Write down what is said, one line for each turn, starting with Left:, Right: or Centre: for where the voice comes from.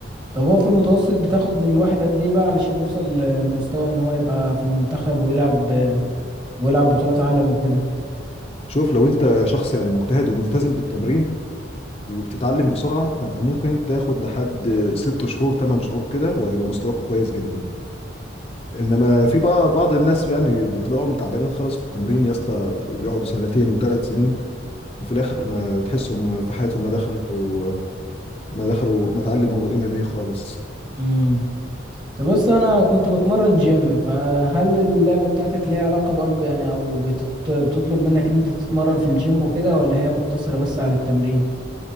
Right: طب هو في المتوسط بتاخد من الواحد قد ايه بقى علشان يوصل ل- لمستوى ان هو يبقى في المنتخب ويلعب ويلعب بطولات عالم وكده
Left: شوف لو انت شخص يعني مجتهد وملتزم بالتمرين وبتتعلم بسرعه فانت ممكن تاخد لحد ست شهور تمن شهور كده وهتبقى مستواك كويس جدا انما في بقى بعض الناس يعني بتلاقيهم تعبانين خالص في التمرين يا اسطى بيقعدوا سنتين وثلاث سنين وفي الاخر ما تحسهم في حياتهم ما دخلوا ما دخلوا ما اتعلموا ام ام اي خالص
Right: امم طب بس انا كنت بتمرن جيم فهل اللعبة بتاعتك ليها علاقة برضو يعني او بتط... بتطلب منك ان انت تتمرن في الجيم وكده ولا هي مقتصرة بس على التمرين